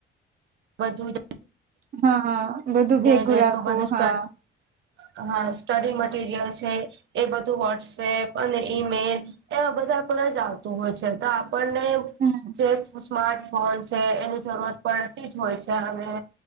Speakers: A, on the right; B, on the right.
A: બુમેન્ટ
B: હા હા બધું ભેગું
A: જેટલું
B: રાખવું
A: બધું સ્ટડ
B: હા
A: હા સ્ટડી મટીરિયલ છે એ બધું વોટ્સએપ અને ઈમેલ એવા બધા પર જ આવતું હોય છે તો આપણને
B: હમ.
A: જે સ્માર્ટફોન છે એની જરૂરત પડતી જ હોય છે અને